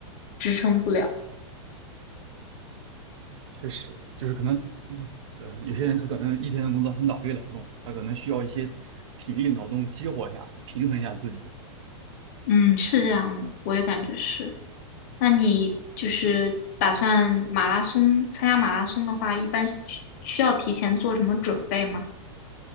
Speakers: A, on the left (about 25°); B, on the right (about 65°).
A: 支撑不了。
B: 确实，就是可能，嗯呃，有些人他可能一天的工作是脑力劳动，他可能需要一些体力劳动激活一下，平衡一下自己。
A: 嗯，是这样的，我也感觉是。那你就是打算马拉松，参加马拉松的话，一般需需要提前做什么准备吗？